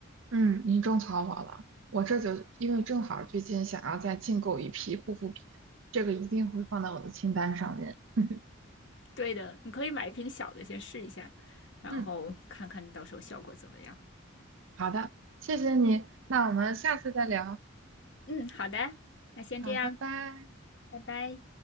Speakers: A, on the right (about 70°); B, on the left (about 60°).
A: 嗯，你种草我了，我这就因为正好最近想要再进购一批护肤品，这个一定会放到我的清单上面。<laughs>
B: 对的，你可以买一瓶小的先试一下，然后看看到时候效果怎么样。
A: 嗯。好的，谢谢你，那我们下次再聊。
B: 嗯，好的，那先这样，
A: 好，拜拜。
B: 拜拜。